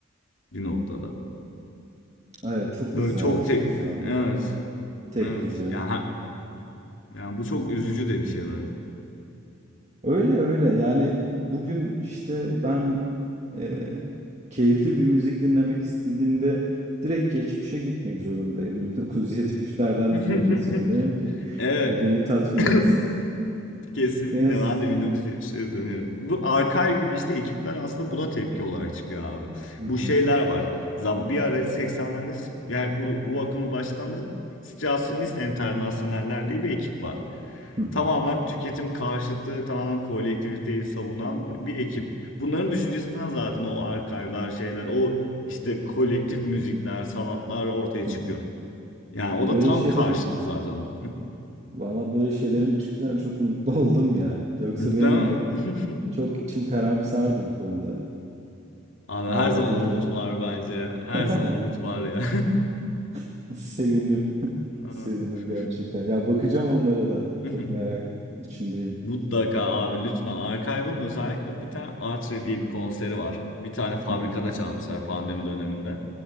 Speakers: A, on the left (about 70°); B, on the right (about 35°).
A: bir noktada.
B: Evet çok
A: Böyle
B: hızlı
A: çok
B: her şey
A: tek...
B: şu anda.
A: Evet,
B: Tek
A: evet.
B: düze.
A: Yani her- Yani bu çok üzücü de bir şey bence.
B: Öyle öyle. Yani bugün işte ben eee, keyifli bir müzik dinlemek istediğimde direkt geçmişe gitmek zorundayım. <laughs> 1970'lerden
A: <laughs>
B: dinlemek zorundayım ki
A: Evet.
B: hani beni tatmin
A: <laughs>
B: etsin.
A: Kesinlikle
B: Ne yazık
A: ben de
B: ki.
A: 1970'lere dönüyorum. Bu Archive gibi işte ekipler aslında buna tepki olarak çıkıyor abi.
B: Hı
A: Bu
B: hı,
A: şeyler var. Zam bir ara 80'lerde s- yani bu, bu akımı başlatan Situasyonist Enternasyonel'ler diye bir ekip var.
B: hı hı,
A: Tamamen tüketim karşıtı, tamamen kolektiviteyi savunan bir ekip. Bunların düşüncesinden zaten o arkaylar, şeyler, o işte kolektif müzikler, sanatlar ortaya
B: hı
A: çıkıyor.
B: hı.
A: Yani o da
B: Böyle
A: tam
B: şeylerin
A: karşıtı zaten. onun.
B: valla böyle şeylerin çıktığına çok mutlu <laughs> oldum ya. Yoksa
A: <laughs> Değil
B: benim hani
A: mi?
B: çok içim karamsardı bu konuda.
A: Abi
B: Hala
A: her zaman
B: birileri.
A: umut var bence. Her
B: <laughs>
A: zaman umut var ya.
B: <laughs> Sevindim. <laughs>
A: <laughs> Aa.
B: Sevindim gerçekten. Ya bakacağım onlara da.
A: Mhm.
B: Çok merak içindeyim.
A: Mutlaka abi lütfen. Archive'ın özellikle bir tane Artre diye bir konseri var. Bir tane
B: <laughs>
A: fabrikada
B: Hı hı.
A: çalmışlar pandemi döneminde.